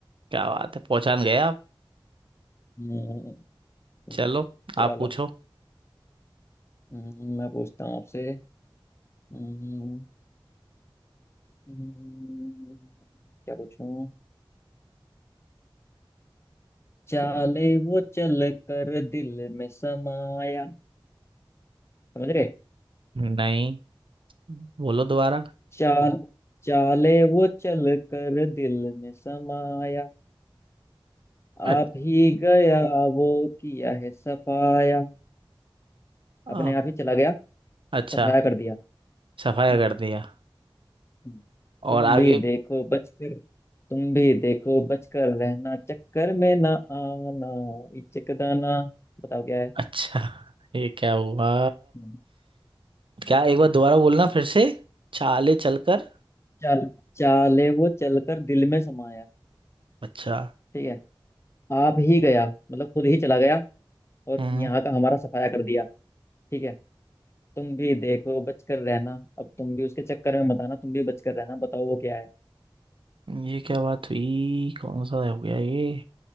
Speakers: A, on the right; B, on the left.
A: क्या बात है पहचान गए आप
B: हम्म, तो
A: चलो
B: चलो
A: आप पूछो
B: हम्म, मैं पूछता हूँ आपसे हम्म, हम्म, क्या पूछूं चाले वो चल कर दिल में समाया समझ रहे
A: नहीं बोलो दोबारा
B: चाल चाले वो चल कर दिल में समाया
A: अ-
B: आप ही गया वो किया है सफाया
A: आप-
B: अपने आप ही चला गया
A: अच्छा
B: सफाया कर दिया हम्म,
A: सफाया कर दिया
B: हम्म। तुम
A: और आगे
B: भी देखो बचकर तुम भी देखो बचकर रहना चक्कर में ना आना ये चकदाना बताओ क्या है
A: अच्छा ये क्या हुआ
B: हम्म।
A: क्या एक बार दोबारा बोलना फिर से चाले चलकर
B: चाल चाले वो चलकर दिल में समाया
A: अच्छा
B: ठीक है आप ही गया मतलब खुद ही चला गया और
A: हम्म
B: यहाँ का हमारा सफाया कर दिया ठीक है तुम भी देखो बचकर रहना अब तुम भी उसके चक्कर में मत आना तुम भी बचकर रहना बताओ वो क्या है
A: ये क्या बात हुई कौन सा हो गया ये